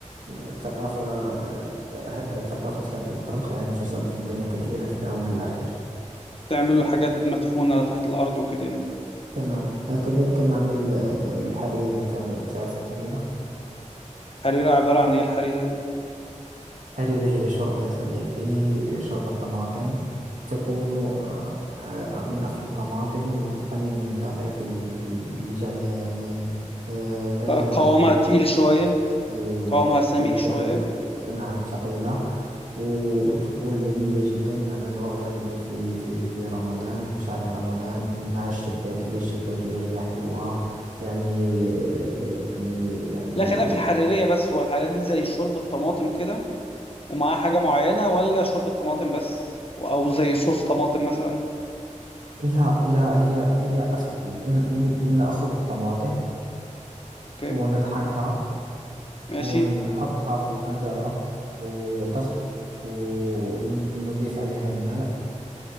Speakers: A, on the right; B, on the left.
A: الثقافة آه، ثقافة هذا الطبخ يعني انتشرت عندنا كثيرا في الآونة الأخيرة
B: بتعملوا حاجات مدفونة تحت الأرض وكده يعني
A: تمام آه، كذلك نعمل آه، الحريرة تعم- تعرف الحريرة
B: الحريرة عبارة عن إيه الحريرة دي
A: الحريرة هي شوربة يا صديقي شوربة طماطم تكون آه، آه، من أصل الطماطم والقليل من الدقيق ل- ل- لجعلها يعني آه، غير
B: ق-
A: يعني
B: قوامها تقيل شوية
A: أيوة
B: قوامها
A: في
B: سميك
A: الجل-
B: شوية
A: نعم ثقيلة وتكون لذيذة جدا نعملها غالبا في في في رمضان في شهر رمضان مع الشباكية الشباكية هي حلوة يعني يعني يعني
B: لا خلاف في الحريرية بس هو الحريرية دي زي شوربة طماطم كده ومعاها حاجة معينة ولا شوربة طماطم بس أو زي صوص طماطم مثلا
A: لا لا هي هي أصل ن- ن- نأخذ الطماطم
B: أوكي
A: ونطحنها
B: ماشي
A: ونحطها في طنجرة وضغط ونضيف عليها الماء